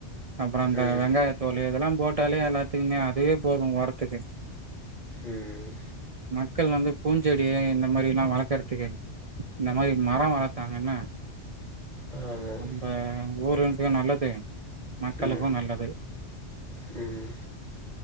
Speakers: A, on the right (about 50°); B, on the right (about 35°).
A: அப்றோ அந்த
B: ம்
A: வெங்காயத்தோல் இதெல்லாம் போட்டாலே எல்லாத்துக்குமே அதுவே போது ஒரத்துக்கு
B: ம்
A: மக்கள் வந்து பூஞ்செடியா என்ன மாரி நா வளர்க்குறதுக்கு இந்த மாரி மரோ வளத்தாங்கன்னா
B: ஆமாம்
A: நம்ப ஊருக்கு நல்லது மக்களுக்கு
B: ம்
A: நல்லது
B: ம்